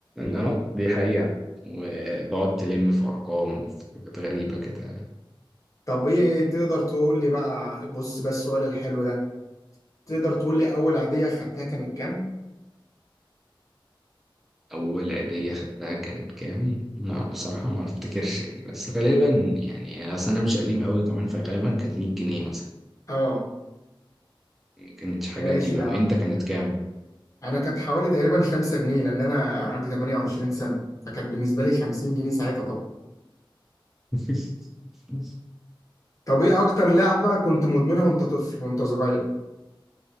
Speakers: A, in the centre; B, on the left (about 40°).
A: اه دي حقيقة وتقعد تلم في أرقام وفي حاجات غريبة كده
B: طب ايه تقدر تقول لي بقى بص بس السؤال الحلو ده تقدر تقول لي اول عادية خدتها كانت كام
A: أول عيدية خدتها كانت كام؟ لا بصراحة ما أفتكرش يعني بس غالبا يعني أصل أنا مش قديم أوي كمان فغالبا كانت 100 جنيه مثلا
B: اه
A: كانت حاجة
B: ماشي
A: قديمة
B: يا عم
A: أوي أنت كانت كام؟
B: انا كانت حوالي تقريبا 5 جنيه لان انا عندي 28 سنة فكانت بالنسبة لي 50 جنيه ساعتها طبعا
A: <laughs>
B: طب ايه اكتر لعبة كنت مدمنها وانت طفل وانت صغير